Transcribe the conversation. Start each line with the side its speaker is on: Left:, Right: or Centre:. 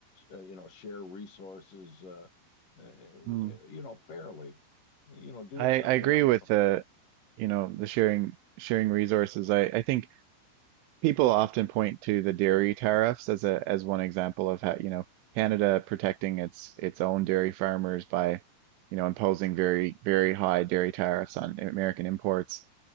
Left: uh, you know share resources uh, uh,
Right: Mm.
Left: you know fairly. You know, do
Right: I,
Left: it in
Right: I
Left: a fair.
Right: agree with the, you know, the sharing sharing resources. I, I think people often point to the dairy tariffs as a as one example of how, you know, Canada protecting its its own dairy farmers by, you know, imposing very, very high dairy tariffs on American imports